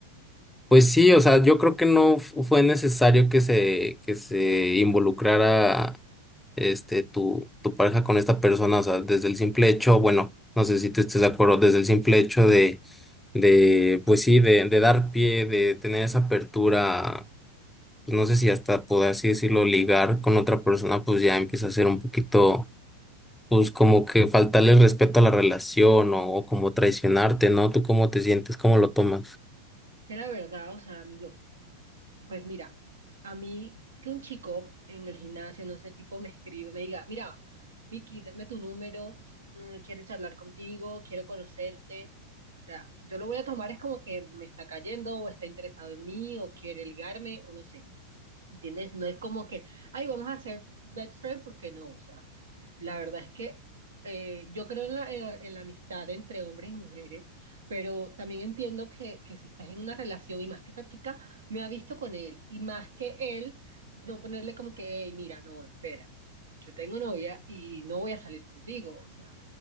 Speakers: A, in the centre; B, on the right (about 75°).
A: pues sí, o sea, yo creo que no fu- fue necesario que se, que se involucrara este, tu, tu pareja con esta persona, o sea, desde el simple hecho, bueno, no sé si tú estés de acuerdo, desde el simple hecho de, de, pues sí, de, de dar pie, de tener esa apertura, pues no sé si hasta poder así decirlo, ligar con otra persona, pues ya empieza a ser un poquito, pues como que faltarle respeto a la relación o, o como traicionarte, ¿no? ¿Tú cómo te sientes? ¿Cómo lo tomas?
B: Era verdad, o sea, amigo Pues mira, a mí que un chico en el gimnasio, no sé, tipo me escribe, me diga, mira, Vicky, dame tu número, mm, quiero charlar contigo, quiero conocerte. O sea, yo lo voy a tomar es como que me está cayendo o está interesado en mí o quiere ligarme o no sé. ¿Entiendes? No es como que, ay, vamos a hacer best friend porque no, o sea, la verdad es que eh, yo creo en la, en la- en la amistad entre hombres y mujeres, pero también entiendo que, que si estás en una relación y más que esa chica me ha visto con él y más que él, no ponerle como que, hey, mira, no, espera, yo tengo novia y no voy a salir contigo, o sea